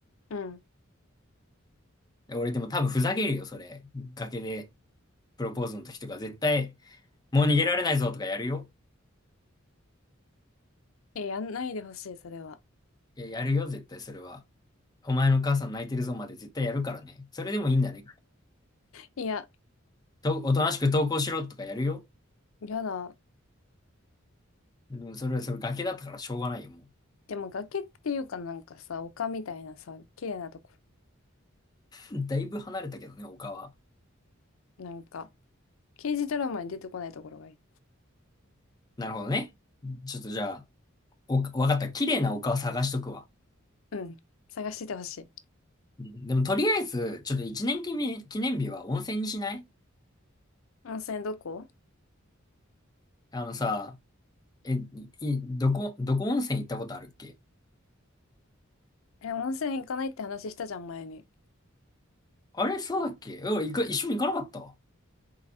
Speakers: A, on the left; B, on the left.
A: うん。
B: 俺、でも多分ふざけるよ、それ。崖で、プロポーズの時とか、絶対、もう逃げられないぞとかやるよ。
A: え、やんないでほしい、それは。
B: いや、やるよ、絶対、それは。お前のお母さん泣いてるぞまで絶対やるからね。それでもいいんだね。
A: いや、
B: と、おとなしく投稿しろとかやるよ。
A: やだ。
B: でもそれ、それ崖だったからしょうがないよ、も
A: でも崖っていうかなんかさ、丘みたいなさ、綺麗なとこ。
B: う。<laughs> だいぶ離れたけどね、丘は。
A: なんか、刑事ドラマに出てこないところがいい。
B: なるほどね。ちょっとじゃあ、お、わかった。綺麗な丘を探しとくわ。
A: うん。探しててほしい。
B: うんでもとりあえず、ちょっと一年記念、記念日は温泉にしない
A: 温泉どこ
B: あのさ、え、い、いどこ、どこ温泉行ったことあるっけ
A: え、温泉行かないって話したじゃん、前に。
B: あれそうだっけえ、俺行く一緒に行かなかった。